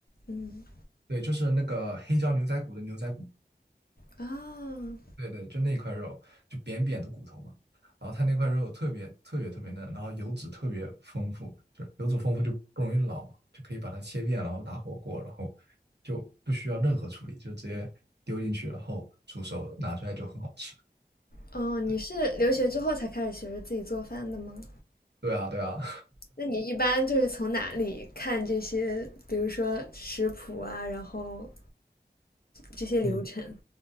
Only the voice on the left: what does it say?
嗯，
啊，
哦，你是留学之后才开始学着自己做饭的吗？
那你一般就是从哪里看这些，比如说食谱啊，然后
这些流程？